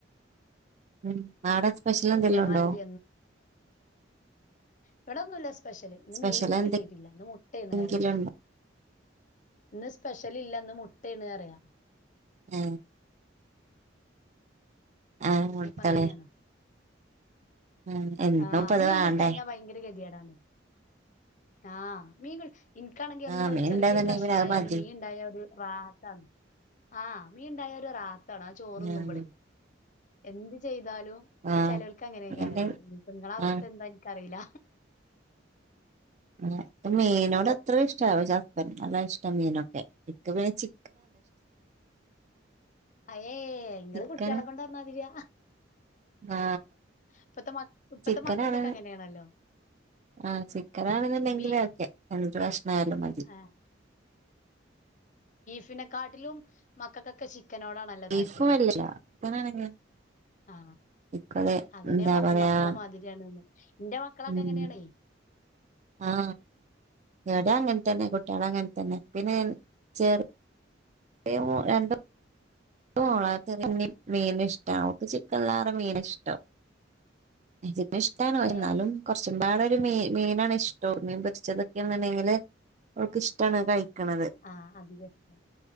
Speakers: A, on the right; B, on the left.
A: ഉം ആടെ സ്പെഷ്യൽ
B: ഒക്കെ
A: എന്തെല്ലും
B: പറഞ്ഞാതിരി
A: ഉണ്ടോ
B: ഇവടൊന്നുല്ല സ് സ്പെഷ്യല് ഇന്ന്
A: സ്പെഷ്യൽ
B: മീന് പോലും കിട്ടിട്ടില്ല ഇന്ന് മുട്ടെണ്റിയാഞാന്
A: എന്തെങ്കിലും ഉണ്ടോ
B: ഇന്ന് സ്- സ്പെഷ്യൽ ഇല്ലന്ന് മുട്ടേണ് റിയാ
A: ആ ആ മുട്ടളെ
B: ഇന്ന് പ്പം അങ്ങനെണ്
A: ഉം എന്നും
B: ആ
A: ഇപ്പൊ അത്
B: മീൻ
A: വേണ്ടേ
B: കിട്ടാഞ്ഞാ ഭയങ്കര കെതിയെ ടാണേ ആ മീൻ ഇനിക്കാണെങ്കിൽ
A: ആ
B: എന്നും ഒരു
A: മീൻ
B: ചെറിയൊരു
A: ഉണ്ടായിരുന്നുണ്ടെങ്കിൽ
B: കഷ്ണയാലും
A: പിന്നെ അത് മതി
B: മീൻ ഇണ്ടായ ഒരു റാഹത്താണ് ആഹ് മീ ഇണ്ടായ ഒരു റാഹത്താണ് ആ ചോറ്ന്നുമ്പളേ
A: ഉം
B: എന്ത്‌ ചെയ് താലും
A: ആ
B: ചെലോൽക്ക് അങ്ങനെക്കാരെല്ലോ
A: മീന്റെ
B: ഇഞ്ഞ് ഇങ്ങള അവസ്ഥ
A: ആ
B: എന്താ ഇൻക്കറീല്ല
A: ൻക്ക് മീനോട് അത്രയുംഇഷ്ടപക്ഷേ ഹസ്ബന്റിന് അതാ ഷ്ടം മീനൊക്കെ ഇൻക്ക്‌ പിന്നെ ചി
B: അയേ ഇങ്ങള്
A: ചിക്കൻ
B: കു ട്ട്യോളെ കൊണ്ട്റഞ്ഞാതിരാ
A: ആ
B: ഇപ്പത്തെ മ ഇപ്പത്തെ
A: ചിക്കനാണ്
B: മക്കൾക്കൊക്കെ അങ്ങനെയാണല്ലോ
A: ആ ചിക്കനാണെന്നുണ്ടെങ്കി
B: ബീ
A: ഓ ക്കെ രണ്ട് കഷ് ണായാലും മതി
B: ആ <unintelligible> നെ കാട്ടിലും മക്കക്കൊക്കെ ചിക്കനോടാണല്ലേ
A: ബീഫ്
B: താല്പര്യം
A: വലിയ ചിക്കനാണെങ്കിൽ
B: ആ
A: ഇപ്പത്
B: അതന്നെ
A: എന്താ
B: ഞാ പറഞ്ഞേ
A: പറയാ
B: മക്കളെ മാതിരിയാണ്ന്ന് എന്റെ മക്കളൊക്കെ
A: ഉം
B: അങ്ങനെയാണേ
A: ആ ഈടങ്ങ ൻതന്നെ കുട്ടികള അങ്ങനെ തന്നെ പിന്നെ ചേർ <unintelligible> <unintelligible> മീന് ഇഷ്ടം ഓക്ക് ചിക്കൻല്ലാറെ മീന് ഇഷ്ടം ഇജ്പ്പ ഇഷ്ടാണ്
B: ഏ
A: ന്നാലും കുറച്ചുംപാടെ ഒരു മീ മീനാണ് ഇഷ് ട്ടോർ മീൻ പെരിച്ചതൊക്കെയന്നുണ്ടെങ്കില് അവൾക്ക്‌ ഇഷ്ടാണ് കഴിക്കണത്
B: ആ അധികം ഇഷ്ടം